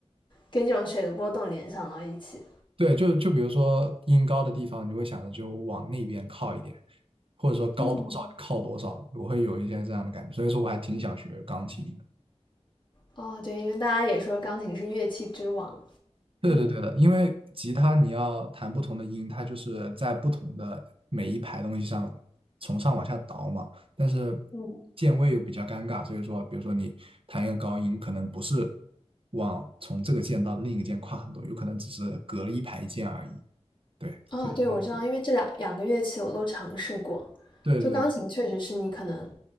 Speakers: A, on the left; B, on the right.
A: 跟这种水的波动联想到一起。
B: 对，就就比如说音高的地方，你就会想着就往那边靠一点，或者说高多少靠多少，
A: 嗯
B: 我会有一些这样的感觉。所以说，我还挺想学钢琴的。
A: 哦，对，因为大家也说钢琴是乐器之王。
B: 对的，对的，因为吉他你要弹不同的音，它就是在不同的每一排东西上从上往下倒嘛。但是
A: 嗯。
B: 键位又比较尴尬，所以说，比如说你弹一个高音，可能不是往从这个键到另一个键跨很多，有可能只是隔了一排键而已。对，
A: 啊，
B: 所以说，
A: 对，我知道，因为这两两个乐器我都尝试过，
B: 对对
A: 就钢琴确实是你可能